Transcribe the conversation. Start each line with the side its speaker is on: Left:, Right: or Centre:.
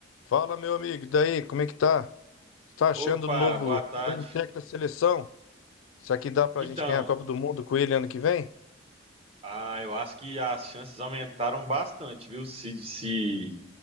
Left: Fala, meu amigo, e daí, como é que tá? Tá achando
Right: Opa,
Left: o novo,
Right: boa tarde.
Left: novo técnico da seleção? Será que dá pra
Right: Então,
Left: gente ganhar a Copa do Mundo com ele ano que vem?
Right: ah, eu acho que as chances aumentaram bastante, viu? Se, se